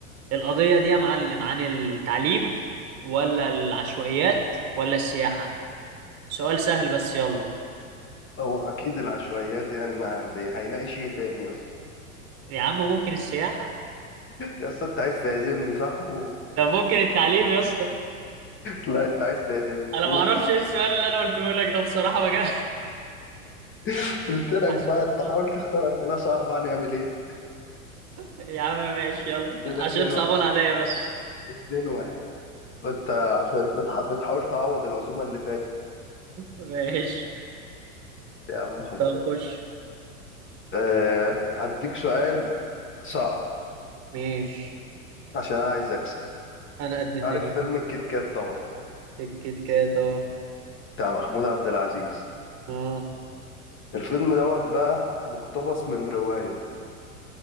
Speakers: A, on the right; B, on the left.
A: القضية دي يا معلم عن التعليم ولا العشوائيات ولا السياحة سؤال سهل بس يلا
B: او اكيد العشوائيات يعني ما بي... هيناقش ايه تاني اصلا
A: يا عم ممكن السياحة
B: يا اسطى انت عايز تعزمني صح و...
A: طب ممكن التعليم يا اسطى
B: لا انت عايز تعزمني
A: انا
B: قول
A: ما اعرفش ايه السؤال اللي انا قلته لك ده بصراحة ما جا-
B: <laughs> قلت
A: <laughs>
B: لك
A: حسبي
B: بقى انت
A: الله
B: حاول تختار اسئله صعبه هنعمل ايه
A: يا عم ماشي يلا
B: كده
A: عشان
B: اتنين
A: صعبان
B: واحد
A: عليا بس
B: اتنين واحد انت عشان بتح... بتحاول تعوض العزومه اللي فاتت
A: ماشي
B: يا عم خلصان
A: طب خش
B: أه... هديك سؤال صعب
A: ماشي
B: عشان أنا عايز اكسب
A: انا قد الدنيا
B: عارف فيلم الكيت كات طبعا
A: الكيت كات اه
B: بتاع محمود عبد العزيز
A: اه
B: الفيلم دوت بقى مقتبس من روايه